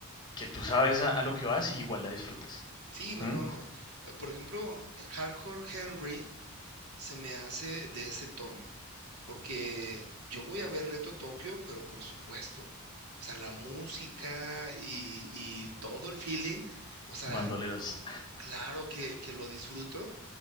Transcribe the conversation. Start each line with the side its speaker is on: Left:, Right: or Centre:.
Left: que tú sabes a, a lo que vas y igual la disfrutas.
Right: Sí, no,
Left: ¿Mm?
Right: no. P- Por ejemplo, Hardcore Henry se me hace de ese tono, porque yo voy a ver Reto Tokio, pero por supuesto. O sea, la música y, y todo el feeling, o sea,
Left: Bandoleros,
Right: claro que, que lo disfruto.